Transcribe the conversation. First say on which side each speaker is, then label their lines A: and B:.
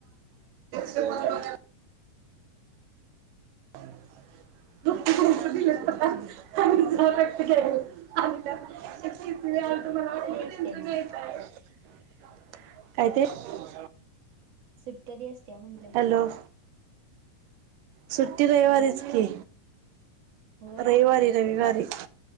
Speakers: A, on the right (about 80°); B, on the right (about 55°).
A: <unintelligible> हो ह दिलेक्त के <unintelligible>
B: कधी असत्या
A: काय
B: मग
A: ते
B: <unintelligible> असत्या म्हणलं
A: हॅलो सुट्टी रविवारीच की,
B: होय
A: रविवारी रविवारी